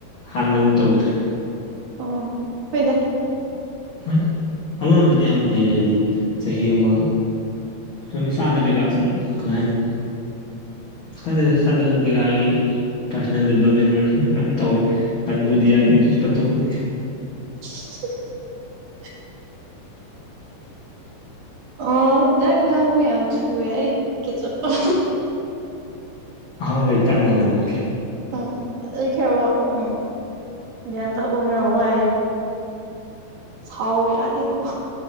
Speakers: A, on the left; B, on the right.
A: ꯍꯥꯟꯅꯅ ꯇꯧꯗ꯭ꯔꯦ
B: ꯑꯣ ꯍꯣꯏꯗ
A: ꯣꯏ ꯑꯃꯔꯣꯝꯗꯗꯤ ꯌꯥꯝ ꯐꯩ ꯍꯥꯏꯗꯤ ꯆꯍꯤ ꯑꯃ ꯀꯃꯤ ꯁꯥꯗꯒꯦꯀ ꯁꯨꯝ ꯀꯃꯥꯏꯅꯤ ꯀꯗꯗꯦ ꯁꯥꯒꯒꯤ ꯄꯥꯔꯁꯣꯅꯦꯜ ꯗꯦꯕꯂꯞꯃꯦꯟ ꯑꯣꯏꯔꯁꯨ ꯃꯌꯥꯝ ꯇꯧꯋꯤ ꯄꯟꯕꯨꯗꯤ ꯌꯥꯗꯦ ꯑꯗꯨꯁꯨ ꯄꯟꯊꯣꯛꯈ꯭ꯔꯦ
B: <inaudible> ꯑ ꯑꯣ ꯌꯥꯝ ꯉꯥꯎ ꯌꯥꯝ ꯊꯦ ꯆꯄꯜ
A: ꯑꯣꯏ ꯍꯣꯏ ꯇꯥꯟꯅꯉꯥꯡꯒꯦ
B: ꯎꯝ ꯑꯩ ꯈꯦꯣ ꯎꯝ ꯌꯥ ꯇꯒꯔ ꯋꯥ ꯊꯥꯎ ꯌꯥꯅꯤ ꯀ